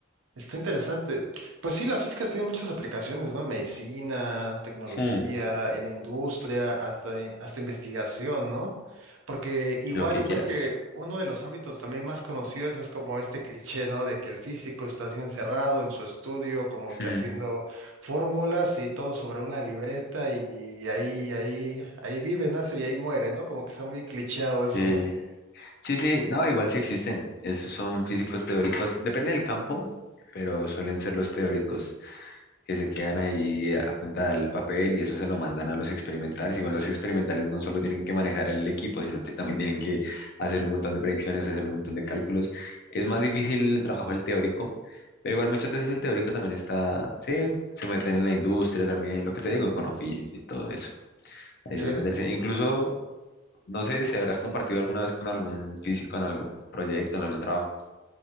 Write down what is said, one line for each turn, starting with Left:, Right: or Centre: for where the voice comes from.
Right: está interesante. Pues sí, la física tiene muchas aplicaciones, ¿no? Medicina, tecnología,
Left: Hmm,
Right: y la industria, hasta, in- hasta investigación, ¿no? Porque igual
Left: lo que
Right: yo
Left: quieras.
Right: creo que uno de los ámbitos también más conocidos es como este cliché, ¿no? De que el físico está así encerrado en su estudio, como
Left: Hmm,
Right: que haciendo fórmulas y todo sobre una libreta y, ahí, ahí, ahí vive, nace y ahí muere, ¿no? Como que está muy clichéado eso,
Left: Sí.
Right: ¿no?
Left: Sí, sí, no, igual sí existen. Esos son físicos teóricos. Depende del campo, pero suelen ser los teóricos que se quedan ahí a punta al papel y eso se lo mandan a los experimentales. Igual los experimentales no solo tienen que manejar el equipo, sino que también tienen que hacer un montón de predicciones, hacer un montón de cálculos. Es más difícil el trabajo del teórico, pero igual muchas veces el teórico también está, sí, se meten en la industria también, lo que te digo, econofísica y todo eso. Ahí
Right: Sí.
Left: suelen meterse. Incluso no sé si habrás compartido alguna vez con algún físico en algún proyecto, en algún trabajo.